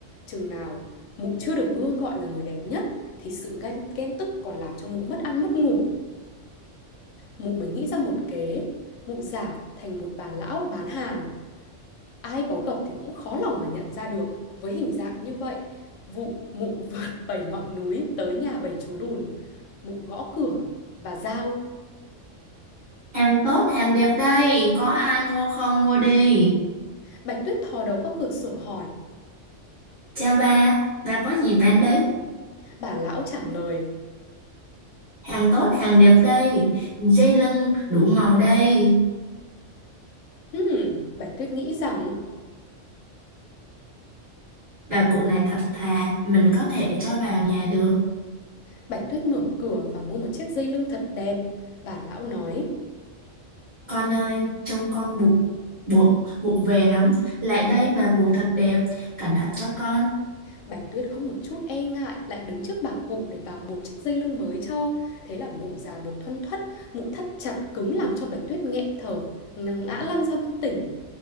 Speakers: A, on the left; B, on the right.
A: Chừng nào mụ chưa được Gương gọi là người đẹp nhất thì sự ghen, ghen tức còn làm cho mụ mất ăn mất ngủ. Mụ mới nghĩ ra một kế. Mụ giả thành một bà lão bán hàng. Ai có gặp thì cũng khó lòng mà nhận ra được. Với hình dạng như vậy, vụ mụ <laughs> vượt bảy ngọn núi tới nhà bảy chú lùn mụ gõ cửa và giao
B: Hàng tốt, hàng đẹp đây, có ai mua không mua đi.
A: bạch tuyết thò đầu qua cửa sổ hỏi
B: Chào bà, bà có gì bán đấy?
A: bà lão trả lời
B: Hàng tốt, hàng đẹp đây, dây lưng đủ màu đây.
A: hmm, bạch tuyết nghĩ rằng
B: Bà cụ này thật thà, mình có thể cho vào nhà được.
A: bạch tuyết mở cửa và mua một chiếc dây lưng thật đẹp bà lão nói
B: Con ơi, trông con bụng bụng bụng về lắm. Lại đây bà buộc thật đẹp, cẩn thận cho con.
A: bạch tuyết không một chút e ngại lại đứng trước bà cụ để bà buộc chiếc dây lưng mới cho thế là mụ già buộc thoăn thoắt mụ thắt chặt cứng làm cho bạch tuyết nghẹn thở ngã lăn ra bất tỉnh